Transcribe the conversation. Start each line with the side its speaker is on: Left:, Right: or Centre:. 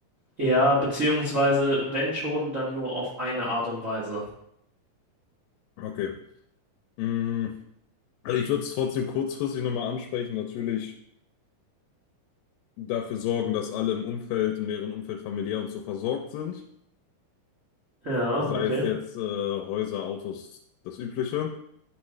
Right: Ja, beziehungsweise, wenn schon, dann nur auf eine Art und Weise.
Left: Okay. Mm, Also ich würde es trotzdem kurzfristig nochmal ansprechen. Natürlich dafür sorgen, dass alle im Umfeld, im näheren Umfeld familiär und so versorgt sind.
Right: Ja,
Left: Sei
Right: okay.
Left: es jetzt äh, Häuser, Autos, das Übliche.